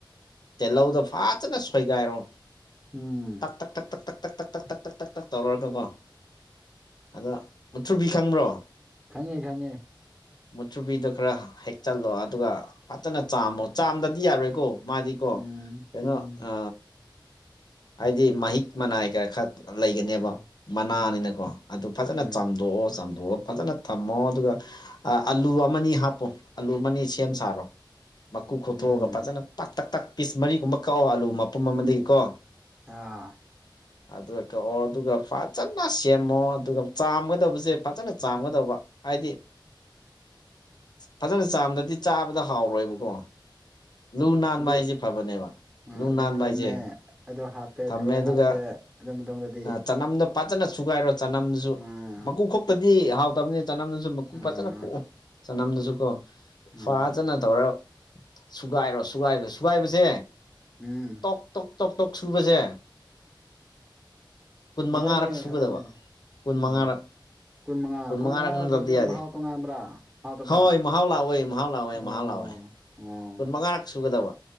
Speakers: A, on the left; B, on the right.
A: ꯇꯦꯜꯂꯧꯗꯣ ꯐꯖꯅ ꯁꯣꯏꯒꯥꯏꯔꯣ
B: ꯎꯝ
A: ꯇꯛ ꯇꯛ ꯇꯛ ꯇꯛ ꯇꯛ ꯇꯛ ꯇꯛ ꯇꯛ ꯇꯛ ꯇꯛ ꯇꯧꯔꯒꯀꯣ ꯑꯗ ꯃꯨꯊ꯭ꯔꯨꯕꯤ ꯈꯪꯕ꯭ꯔꯣ
B: ꯈꯪꯉꯦ ꯈꯪꯉꯦ
A: ꯃꯨꯊꯨꯕꯤꯗꯨ ꯈꯔ ꯍꯦꯛꯆꯜꯂꯣ ꯑꯗꯨꯒ ꯐꯖꯅ ꯆꯥꯝꯃꯨ ꯆꯥꯝꯗ ꯗꯤ ꯌꯥꯔꯣꯏꯀꯣ ꯃꯥꯗꯤꯀꯣ
B: ꯎꯝ
A: ꯀꯩꯅꯣ
B: ꯎꯝ
A: ꯑ ꯍꯥꯏꯗꯤ ꯃꯍꯤꯛ ꯃꯅꯥꯏ ꯀ ꯈ ꯂꯩꯒꯅꯦꯕ
B: ꯑꯥ
A: ꯃꯅꯥꯅꯤꯅꯀꯣ
B: ꯎꯝ
A: ꯑꯗꯨ ꯐꯖꯅ
B: ꯎꯝ
A: ꯆꯥꯝꯊꯣꯛꯑꯣꯝ ꯑꯗꯨꯒ ꯐꯖꯅ ꯊꯝꯃꯣ ꯑꯗꯨꯒ ꯑꯂꯨ ꯑꯃꯅꯤ ꯍꯥꯞꯄꯣ ꯑꯂꯨ ꯑꯃꯅꯤ ꯁꯦꯝ ꯁꯥꯔꯣ ꯃꯀꯨ ꯈꯣꯠꯇꯣꯛꯑꯒ
B: ꯎꯝ
A: ꯐꯖꯅ ꯇꯛ ꯇꯛ ꯇꯛ ꯄꯤꯁ ꯃꯔꯤꯒꯨꯝꯕ ꯀꯛꯑꯣ ꯑꯂꯨ ꯃꯄꯨꯝ ꯑꯃꯗꯒꯤꯀꯣ
B: ꯑꯥ
A: ꯑꯗꯨꯒ ꯀꯛꯑꯣ ꯑꯗꯨꯒ ꯐꯖꯅ ꯁꯦꯝꯃꯣ ꯑꯗꯨꯒ ꯆꯥꯝꯒꯗꯕꯁꯦ ꯐꯖꯅ ꯆꯥꯝꯒꯗꯧꯕ ꯍꯥꯏꯗꯤ ꯐꯖꯅ ꯆꯥꯝꯗꯗꯤ ꯆꯥꯕꯗ ꯍꯥꯎꯔꯣꯏꯕ ꯀꯣ ꯂꯨ ꯅꯥꯟꯕ
B: ꯑꯗꯨ
A: ꯍꯥꯏꯁꯦ ꯐꯕꯅꯦꯕ
B: ꯑꯥ
A: ꯂꯨ
B: ꯑꯗꯨ
A: ꯅꯥꯟꯕ
B: ꯊꯝꯃꯦ
A: ꯍꯥꯏꯁꯦ
B: ꯑꯗꯨ ꯍꯥꯞꯄꯦ
A: ꯊꯝꯃꯦ
B: ꯊꯔꯣꯏ
A: ꯑꯗꯨꯒ
B: ꯍꯥꯞꯄꯦ ꯑꯗꯨ ꯃꯇꯨꯡꯗꯗꯤ
A: ꯆꯅꯝꯗ ꯐꯖꯅ ꯁꯨꯒꯥꯏꯔꯣ ꯆꯅꯝꯗꯨꯁꯨ
B: ꯑꯥ
A: ꯃꯀꯨ ꯈꯣꯛꯇꯗꯤ ꯍꯥꯎꯇꯝ ꯅꯤ ꯆꯅꯝꯅꯁꯨ ꯃꯀꯨ
B: ꯑꯥ
A: ꯐꯖꯅ ꯈꯣꯛꯎ ꯆꯅꯝꯅꯁꯨ ꯀꯣ
B: ꯑꯥ
A: ꯐꯖꯅ ꯇꯧꯔ ꯁꯨꯒꯥꯏꯔꯣ ꯁꯨꯒꯥꯏꯕ ꯁꯨꯒꯥꯏꯕꯁꯦ
B: ꯎꯝ
A: ꯇꯣꯛ ꯇꯣꯛ ꯇꯣꯛ ꯇꯣꯛ ꯁꯦ ꯀꯨꯟ ꯃꯉꯥꯔꯛ
B: ꯍꯣꯏꯅꯦ
A: ꯁꯨꯒꯗꯕ
B: ꯍꯣꯏꯅꯦ
A: ꯀꯨꯟ ꯃꯉꯥꯔꯛ
B: ꯑꯣ ꯃꯉꯥ
A: ꯀꯨꯟ ꯃꯉꯥꯔꯛ
B: ꯃꯉꯥ
A: ꯉꯗꯗꯤ
B: ꯅꯠꯇ꯭ꯔꯗꯤ
A: ꯌꯥꯗꯦ
B: ꯃꯍꯥꯎ ꯇꯣꯉꯥꯟꯕ꯭ꯔꯥ ꯍꯥꯎꯇꯕ꯭ꯔꯥ
A: ꯍꯣꯏꯣꯏ ꯃꯍꯥꯎ ꯂꯥꯛꯑꯣꯏ ꯃꯍꯥꯎ ꯂꯥꯛꯑꯣꯏ
B: ꯑꯣ
A: ꯃꯍꯥꯎ ꯂꯥꯛꯑꯣꯏ ꯍꯣꯏ
B: ꯑꯣ
A: ꯀꯨꯟ ꯃꯉꯥꯔꯛ ꯁꯨꯒꯗꯕ